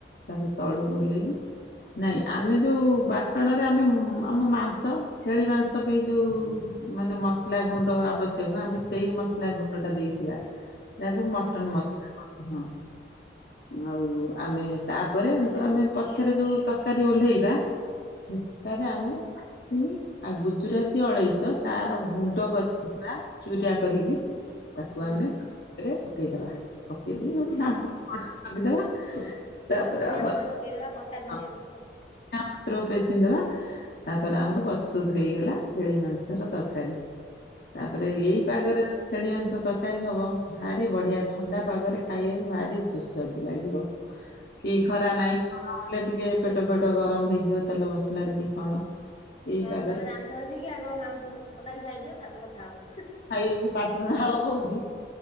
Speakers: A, on the left (about 60°); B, on the left (about 30°).
A: ତାପରେ ତଳକୁ
B: ହୁଁ
A: ଓହ୍ଲେଇକି ନାଇଁ ଆମେ ଯୋଉ ବାଟଣରେ ଆମେ ଉମ୍ ଆମ ମାଂସ ଛେଳି ମାଂସ ପାଇଁ ଯୋଉ ମାନେ ମସଲା ଗୁଣ୍ଡ ଆବଶ୍ୟକ ଆମେ ସେଇ ମସ୍ ଲା ଗୁଣ୍ଡଟା ଦେଇଥିବା ଯାହାକୁ
B: ହୁଁ
A: ମଟନ ମସଲା କହନ୍ତି ହଁ। ଆଉ ଆମେ ତାପରେ ହେଠୁ ଆମେ ପଛରେ ଯୋଉ ତରକାରୀ ଓହ୍ଲେଇବା ସେଟାରେ
B: ହଁ
A: ଆମେ ଡାଲଚିନି ଆଉ ଗୁଜୁରାତି, ଅଳେଇଚ ତାର ଗୁଣ୍ଡ କରିଥିବା ଚୁରା କରିକି ତାକୁ
B: ହୁଁ
A: ଆମେ କରିବା ପକେଇଦବା ପକେଇ ଦେଇକି ଆମେ
B: ହୁଁ
A: ଘାଣ୍ଟି ଢାଙ୍କିଦବା ତାପରେ
B: ଧନିଆ
A: ଆମର
B: ପତ୍ର
A: <inaudible>
B: ପକେଇଦବା କଟା ଧନିଆ ପତ୍ର ଆଉ
A: ଧନିଆ ପତ୍ର ଓପରେ ଛିଞ୍ଚିଦବା ତାପରେ ଆମର ପ୍ରସ୍ତୁତ ହେଇଗଲା ଛେଳି ମାଂସର ତରକାରୀ। ତାପରେ
B: ହୁଁ
A: ଏଇ ପାଗରେ ଛେଳି ମାଂସ ତରକାରୀ ହବ ଭାରି ବଢିଆ ଥଣ୍ଡା ପାଗରେ ଖାଇବାକୁ ଭାରି ସୁସ୍ୱାଦୁ ଲାଗିବ। ହ କି
B: ହୁଁ
A: ଖରା ନାହିଁ ଖରା ହେଲେ ଟିକେ ପେଟ ଫେଟ ଗରମ ହେଇଯିବ ତେଲ ମସଲାରେ କି କଣ। ଏଇ
B: ହଁ
A: ପାଗରେ
B: ତମେ ଦାନ୍ତ ଘସିକି ଆଗ ମାଉଂସ ତରକାରୀ ଖାଇଦିଅ ତାପରେ କଥା ହବ।
A: ଖାଇବାକୁ ପାଟିରୁ ନାଳ ବୋଉଚି।